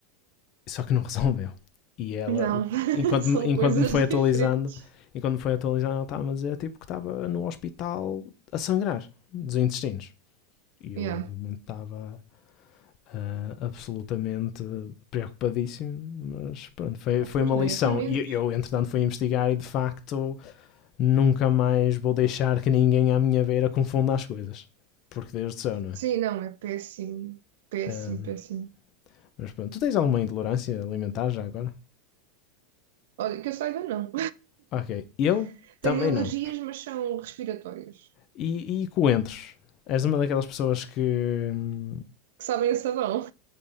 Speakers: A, on the left; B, on the right.
A: só que não <laughs> resolveu. E ela,
B: Não, <laughs>
A: enquanto,
B: são
A: enquanto
B: coisas
A: me foi atualizando,
B: diferentes.
A: enquanto me foi atualizando, ela estava a dizer tipo que estava no hospital a sangrar dos intestinos. E eu,
B: Yeah.
A: obviamente, estava ah, absolutamente preocupadíssimo, mas pronto, foi,
B: Ah,
A: foi
B: Pois
A: uma
B: não,
A: lição.
B: é para menos.
A: E eu, entretanto, fui investigar e de facto nunca mais vou deixar que ninguém à minha beira confunda as coisas. Porque Deus do céu, não é?
B: Sim, não, é péssimo, péssimo,
A: Ahm,
B: péssimo.
A: mas pronto, tu tens alguma intolerância alimentar já agora?
B: Olha, que eu saiba, não.
A: Ok, eu
B: <laughs>
A: também
B: Tenho alergias,
A: não.
B: mas são respiratórias.
A: E, e coentros? És uma daquelas pessoas que. hum,
B: Que sabem a sabão.